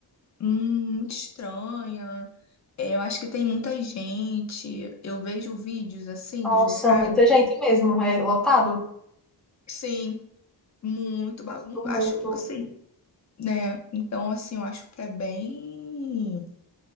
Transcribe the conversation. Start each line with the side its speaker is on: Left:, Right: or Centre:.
Left: muito estranha. É, eu acho que tem muita gente. Eu vejo vídeos assim
Centre: Nossa,
Left: dos locais.
Centre: muita gente mesmo. É lotado.
Left: Sim, muito bagun...
Centre: Muito tumulto.
Left: Acho assim, né? Então, assim, eu acho que é bem,